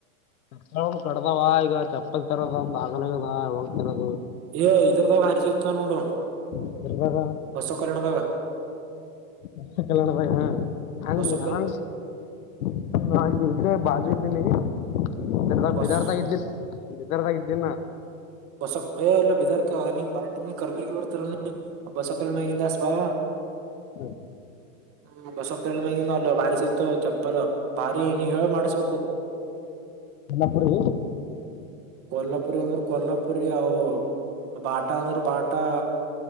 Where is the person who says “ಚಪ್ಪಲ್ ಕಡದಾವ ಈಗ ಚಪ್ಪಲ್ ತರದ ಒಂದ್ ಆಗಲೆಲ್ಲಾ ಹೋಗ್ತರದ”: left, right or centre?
Left